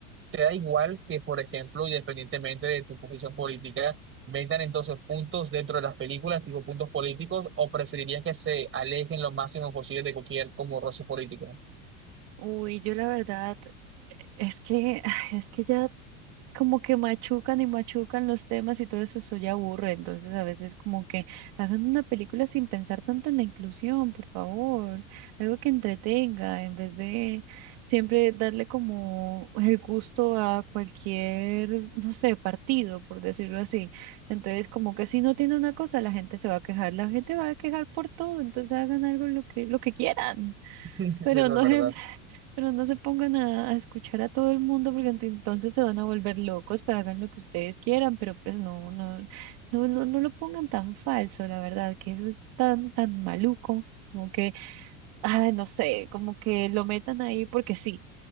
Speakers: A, on the right; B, on the right.
A: te da igual que, por ejemplo, independientemente de tu posición política, vendan entonces puntos dentro de las películas, tipo puntos políticos, o preferirías que se alejen lo máximo posible de cualquier como roce político?
B: Uy, yo la verdad es que <laughs> <sighs> es que ya como que machucan y machucan los temas y todo eso, eso ya aburre. Entonces, a veces como que hagan una película sin pensar tanto en la inclusión, por favor. Algo que entretenga, en vez de siempre darle como el gusto a cualquier, no sé, partido, por decirlo así. Entonces, como que si no tiene una cosa, la gente se va a quejar, la gente va a quejar por todo. Entonces, hagan algo lo que, lo que quieran.
A: Eso
B: Pero no
A: es verdad.
B: <laughs> se pero no se pongan a, a escuchar a todo el mundo porque ent- entonces se van a volver locos, pues hagan lo que ustedes quieran, pero pues no, no, no, no, no lo pongan tan falso, la verdad, que eso es tan, tan maluco, como que, ah, no sé, como que lo metan ahí porque sí.